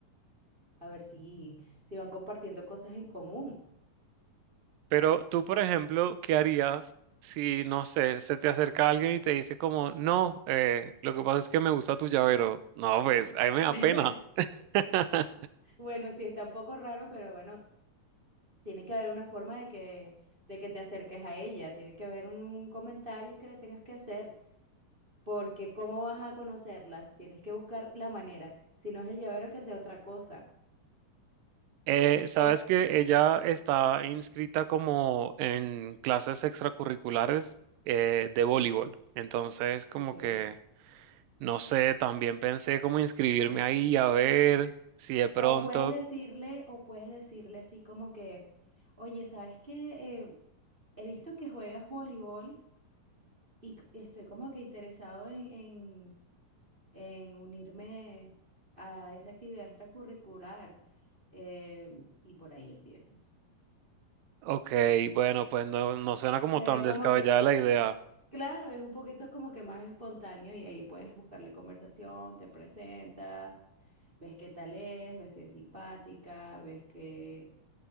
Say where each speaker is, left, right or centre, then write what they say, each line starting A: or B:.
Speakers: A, on the right; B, on the right.
A: A ver si, si van compartiendo cosas en común.
B: Pero tú, por ejemplo, ¿qué harías si, no sé, se te acerca alguien y te dice como, no, eh, lo que pasa es que me gusta tu llavero? No, pues, a mí me da
A: <laughs>
B: pena. <laughs>
A: Bueno, sí, está un poco raro, pero bueno, tiene que haber una forma de que, de que te acerques a ella, tiene que haber un comentario que le tengas que hacer, porque ¿cómo vas a conocerla? Tienes que buscar la manera, si no es el llavero, que sea otra cosa.
B: Eh, sabes
A: O,
B: que ella está inscrita como en clases extracurriculares eh, de voleibol. Entonces, como
A: ok.
B: que, no sé, también pensé como inscribirme ahí a ver si de pronto,
A: O puedes decirle, o puedes decirle así como que, oye, ¿sabes qué? Eh, he visto que juegas voleibol Y estoy como que interesado en, en, en unirme a esa actividad extracurricular. eh, y por ahí empiezas.
B: ok, bueno, pues no, no suena como
A: Se ve
B: tan
A: como
B: descabellada
A: que,
B: la idea.
A: claro, es un poquito como que más espontáneo y ahí puedes buscarle conversación, te presentas, ves qué tal es, ves si es simpática, ves que,